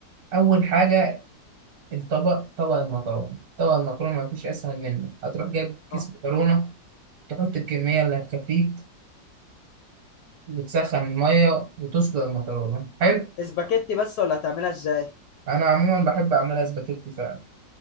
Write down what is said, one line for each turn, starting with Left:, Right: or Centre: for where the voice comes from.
Right: اول حاجة الطبق طبق المكرونة طبق المكرونة ما فيش اسهل منه هتروح جايب كيس
Left: اه
Right: مكرونة تحط الكمية اللي هتكفيك وتسخن المية وتسلق المكرونة حلو
Left: اسباجيتي بس ولا هتعملها ازاي
Right: انا عموما بحب اعملها سباكيتي فعلا